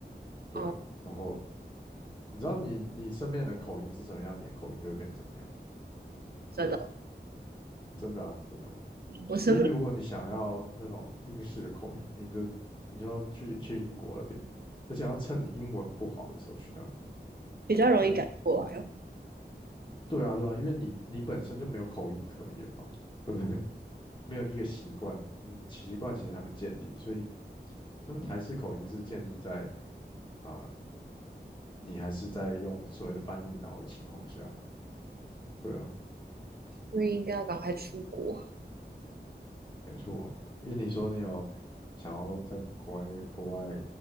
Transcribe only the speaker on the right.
哦，
真的，
我是不是
比较容易改过来哦？
所以应该要赶快出国